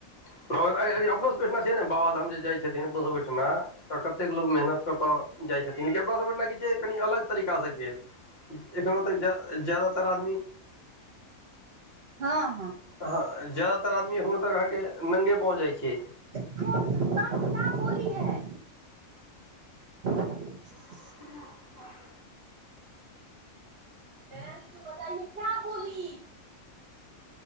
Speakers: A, on the left; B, on the right.
A: <unintelligible> अपनो से देखना चाहिए न बाबाधाम जे जाइ छथिन बहु ऐठेना तऽ कतेक लोको मेहनत कर कऽ जाइ छथिन लेकिन अपना सब ऐठ नाकि छिएकी जे कनि अलग तरीकासँ गेल एखनो तऽ ज्याद एखनो तऽ जादातर आदमी
B: हँ हँ
A: हँ ज्यदातर आदमी ऐखनोतक अहाँके नंगे पाँव जाइ छैय
B: <inaudible> क्या बोली है <inaudible>
A: <unintelligible>
B: <unintelligible> बताइे क्या बोली